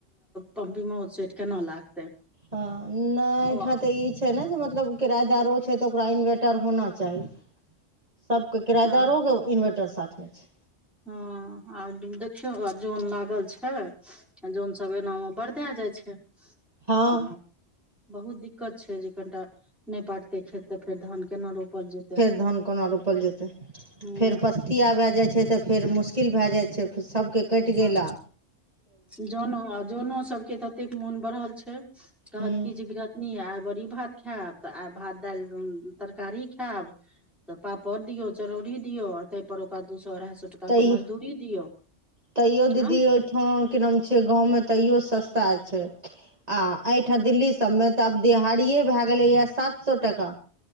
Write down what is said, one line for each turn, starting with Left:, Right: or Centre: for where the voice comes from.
Centre: पंपी मे सेट केना लागतै
Right: ह नहि
Centre: ओ
Right: ठाम त ई छै छै ने जे मतलब किरायेदारो छै तऽ ओकरा इन्वर्टर होना चाही सबके किरायेदारोक
Centre: आ
Right: के इन्वर्टर साथमे छै
Centre: हँ आ देखियौ जन लागल छै छै आ जनसभ एनामे बरदए जाइ छै ह
Right: हँ
Centre: बहुत दिक्कत छै जे कनिटा नहि पाटते खेत तऽ फेर धान केना रोपल जेतै
Right: फेर धान कोना रोपल जेतै
Centre: हूँ
Right: फेर पस्तिया भए जाइ छै तऽ फेर मुश्क मुश्किल भए जाइ छै त सभके कटि गेला
Centre: आ जनो आ जनो सबके ततेक मोन बढ़ल छै कहत
Right: हूँ
Centre: की जे गिृहथ आइ बड़ी भात खायब तऽ आइ भात दालि तरकारी खायब तऽ पापड़ दियौ चरौड़ी दियो ताहि पर ओकरा दू सए अढ़ाई सए टका
Right: तैयो
Centre: के मजदूरी दियौ
Right: तैयो दीदी
Centre: हँ
Right: ओहिठाम की नाम छै गाँवमे तैयो सस्ता छै आ एहिठाम दिल्ली सभमे तऽ आब देिहाड़िए भए गेलैए सात सए टका